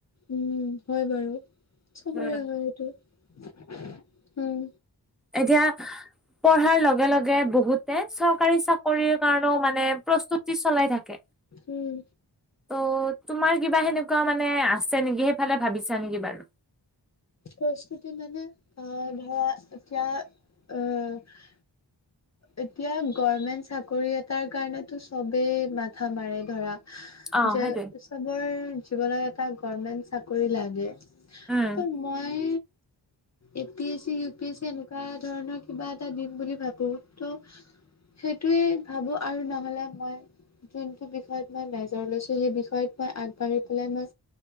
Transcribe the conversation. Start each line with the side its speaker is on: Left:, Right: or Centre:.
Left: উম, হয় বাৰু চবৰে
Centre: উম
Left: হয় সেইটো। উম
Centre: এতিয়া পঢ়াৰ লগে লগে বহুতে চব চৰকাৰী চাকৰিৰ কাৰণেও মানে প্ৰস্তুতি চলাই থাকে।
Left: উম
Centre: অ' তোমাৰ কিবা সেনেকুৱা মানে আছে নেকি সেইফালে ভাবিছা নেকি বাৰু?
Left: প্ৰস্তুতি মানে আহ ধৰা এতিয়া আহ এতিয়া গৰ্মেন্ত চাকৰি এটাৰ কাৰণেতো চবেই মাথা মাৰে ধৰা,
Centre: অ
Left: যে
Centre: সেইটোৱে
Left: চবৰ জীৱনত এটা গভৰ্মেন্ট চাকৰি লাগে। ত
Centre: উম
Left: মই A P S C U P S C এনেকুৱা ধৰণৰ কিবা এটা দিম বুলি ভাবো। ত' সেইটোৱে ভাবো আৰু নহলে মই যোনটো বিষয়ত মই মেজৰ লৈছো সেই বিষয়ত মই আগবাঢ়ি পেলাই মই